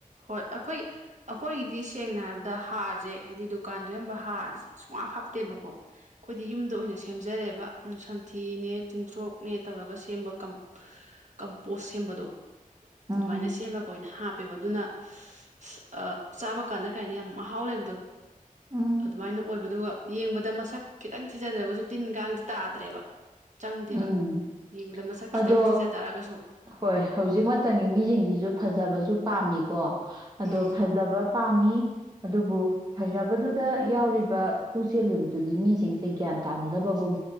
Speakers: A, on the right; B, on the right.
A: ꯍꯣꯏ ꯑꯩꯈꯣꯏ- ꯑꯩꯈꯣꯏꯒꯤꯗꯤ ꯁꯦꯡꯅ ꯍꯥꯏꯕꯗ ꯍꯥꯔꯖꯦ ꯍꯥꯏꯗꯤ ꯗꯨꯀꯥꯟꯗ ꯌꯣꯟꯕ ꯍꯥꯔꯁꯦ ꯁꯨꯡꯍꯥꯞ ꯍꯥꯞꯇꯦꯕꯀꯣ ꯑꯩꯈꯣꯏꯗꯤ ꯌꯨꯝꯗ ꯑꯣꯏꯅ ꯁꯦꯝꯖꯔꯦꯕ ꯁꯟꯊꯤꯅꯦ ꯇꯤꯟꯊ꯭ꯔꯣꯛꯅꯦ ꯇꯧꯔꯒ ꯁꯦꯝꯕ ꯀꯝ ꯀꯝꯄꯣꯁ ꯁꯦꯝꯕꯗꯣ
B: ꯎꯝ
A: ꯑꯗꯨꯃꯥꯏꯅ ꯁꯦꯝꯃ ꯑꯣꯏꯅ ꯍꯥꯞꯄꯦꯕ ꯑ- ꯗꯨꯅ ꯁꯍꯍ ꯁꯍ ꯑ ꯆꯥꯕ ꯀꯥꯟꯅ ꯀꯩ ꯍꯥꯏꯅꯤ ꯌꯥꯝ ꯃꯍꯥꯎ ꯂꯩꯕꯗꯣ
B: ꯎꯝ
A: ꯑꯗꯨꯃꯥꯏꯅ ꯑꯣꯏꯕꯗꯨꯒ ꯌꯦꯡꯕꯗ ꯃꯁꯛ ꯈꯤꯇꯪ ꯊꯤꯖꯗ꯭ꯔꯒꯁꯨ ꯇꯤꯟ ꯀꯥꯡꯗꯤ ꯇꯥꯗ꯭ꯔꯦꯕ ꯆꯪꯗꯦꯕ
B: ꯎꯝ
A: ꯌꯦꯡꯕꯗ ꯃꯁꯛ ꯈꯤꯇꯪ
B: ꯑꯗꯣ
A: ꯊꯤꯖ ꯇꯥꯔꯒꯁꯨ
B: ꯍꯣꯏ ꯍꯧꯖꯤꯛ ꯃꯇꯝꯒꯤ ꯃꯤꯖꯤꯡꯖꯤꯖꯨ ꯐꯖꯕꯁꯨ ꯄꯥꯝꯃꯤꯀꯣ ꯑꯗꯣ
A: ꯎꯝ
B: ꯐꯖꯕ ꯄꯥꯝꯃꯤ ꯑꯗꯨꯕꯨ ꯐꯖꯕꯗꯨꯗ ꯌꯥꯎꯔꯤꯕ ꯍꯨ ꯆꯦꯜꯂꯤꯕꯗꯨꯗꯤ ꯃꯤꯁꯤꯡꯁꯦ ꯒ꯭ꯌꯥꯟ ꯇꯥꯅꯗꯕꯒꯨꯝ